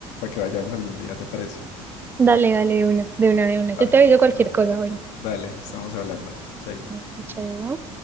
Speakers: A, on the left; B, on the right.
A: que vayamos algún día, ¿te parece?
B: Dale, dale, de una, de una, de una. Yo
A: Va,
B: te aviso cualquier
A: va.
B: cosa, bueno.
A: Dale, estamos hablando. Chaito.
B: Bueno, chao.